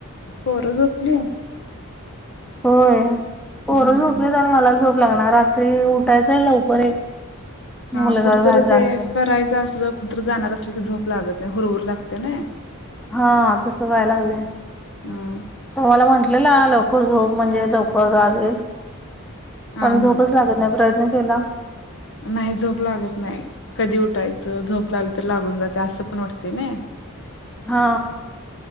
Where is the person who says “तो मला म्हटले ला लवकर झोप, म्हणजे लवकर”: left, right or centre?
Centre